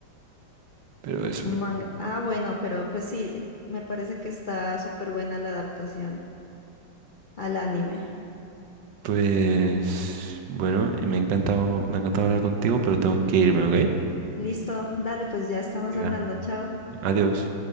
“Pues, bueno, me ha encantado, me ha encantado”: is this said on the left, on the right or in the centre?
Right